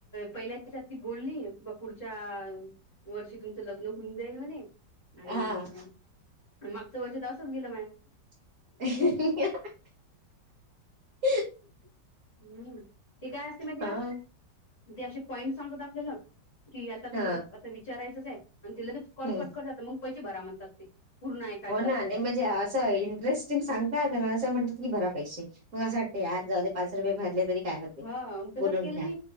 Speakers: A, on the left; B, on the right.
A: पहिल्याी बोलली. बा पुढच्या वर्षी तुमचं लग्न होऊन जाईल म्हणे. आणि,
B: हा
A: मागच वर्ष तर असंच गेलं माय.
B: अहहह
A: हम्म, ते काय असते माहीतीय
B: हा
A: का? ते असे पॉइंट सांगत आपल्याला. कि आता
B: हा
A: तुम्हाला,, आता विचारायचंच आहे, आणि ति लगेच कॉल
B: हम्म.
A: कट करतात,, मग पैसे बरा म्हणतात ते. पूर्ण ऐकायचं
B: हो ना,
A: असेल
B: नाही
A: तर
B: म्हणजे असं इंटरेस्टिंग सांगतात, असं म्हणतात की भरा पैसे, मग असं वाटत, जाउदे पाच रुपये भरले तरी काय होते
A: हां,, मग तसच
B: बोलून
A: केलं
B: घ्या
A: मी